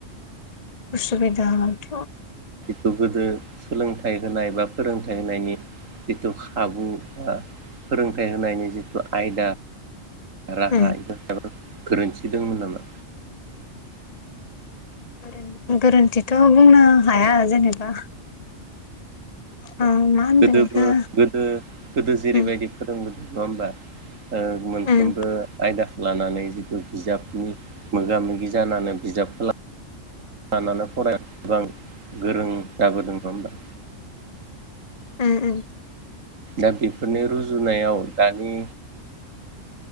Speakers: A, on the left; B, on the right.
A: असुबिदा थ
B: खौ गोदो सोलोंथाइ होनाय बा फोरोंथाइ होनायनि जिथु खाबु बा फोरोंथाइ होनायनि जिथु आयदा <unintelligible>
A: उम
B: खोरोन्थि दंमोन नामा
A: गोरोन गोरोन्थिथ' बुंनो हाया जेनेबा ओ मा होनगोन
B: गोदोबो
A: बेखौ
B: गोदो गोदो जेरैबायदि
A: उम
B: फोरोंबोदों <unintelligible> ओ मोनफ्रोमबो
A: उम
B: आयदा लानानै जिथु बिजाबनि मोगा मोगि जानानै बिजाबखौ लानानै फराय गोबां गोरों जाबोदों ना होमबा
A: उम उम
B: दा बेफोरनि रुजुनायाव दानि